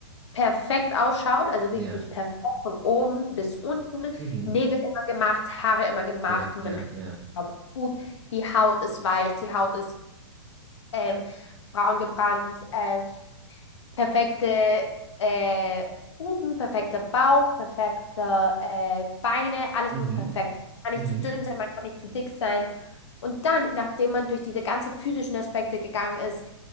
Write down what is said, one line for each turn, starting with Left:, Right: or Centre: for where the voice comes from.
Left: perfekt ausschaut, also
Right: Ja.
Left: wirklich perfekt von oben bis unten.
Right: Mhm.
Left: Nägel immer gemacht, Haare immer gemacht,
Right: Ja,
Left: man
Right: ja,
Left: riecht
Right: ja.
Left: gut, die Haut ist weich, die Haut ist ähm, braun gebrannt. Äh, perfekte äh, Busen, perfekter Bauch, perfekte äh, Beine, alles
Right: Mhm.
Left: muss perfekt. Man kann
Right: Mhm.
Left: nicht zu dünn sein, man kann nicht zu dick sein. Und dann, nachdem man durch diese ganzen physischen Aspekte gegangen ist,